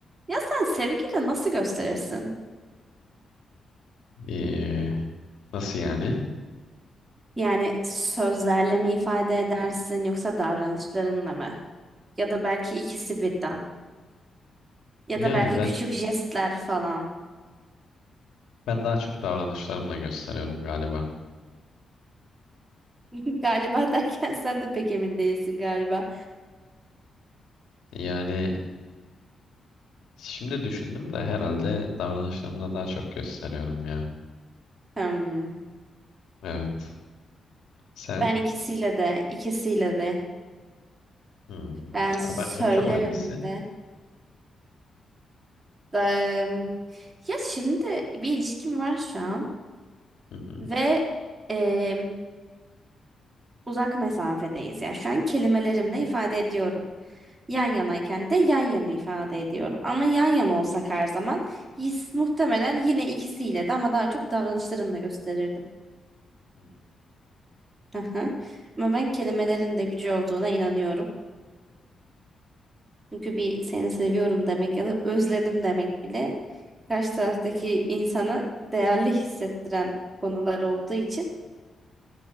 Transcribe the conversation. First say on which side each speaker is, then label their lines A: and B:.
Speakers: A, on the right (about 20°); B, on the left (about 80°).
A: Ya sen sevgiyle nasıl gösterirsin?
B: Ee, nasıl yani?
A: Yani sözlerle mi ifade edersin yoksa davranışlarınla mı? Ya da belki ikisi birden. Ya
B: Yani
A: da belki
B: ben
A: küçük jestler falan.
B: ben daha çok davranışlarımla gösteriyorum galiba.
A: <laughs> Galiba derken sen de pek emin değilsin galiba.
B: Yani şimdi düşündüm de herhalde davranışlarımla daha çok gösteriyorum ya.
A: Hmm.
B: Evet. Sen?
A: Ben ikisiyle de, ikisiyle de.
B: Hmm.
A: Ben söylerim
B: Ama en çok hangisi?
A: de. Da- Ya şimdi bir ilişkim var şu an
B: Hı hı.
A: ve em, uzak mesafedeyiz ya. Şu an kelimelerimle ifade ediyorum. Yan yanayken de yan yana ifade ediyorum. Ama yan yana olsak her zaman his, muhtemelen yine ikisiyle de ama daha çok davranışlarımla gösterirdim.
B: Hmm.
A: Aha. Ama ben kelimelerin de gücü olduğuna inanıyorum. Çünkü bir seni seviyorum demek ya da özledim demek bile karşı taraftaki insanı değerli hissettiren konular olduğu için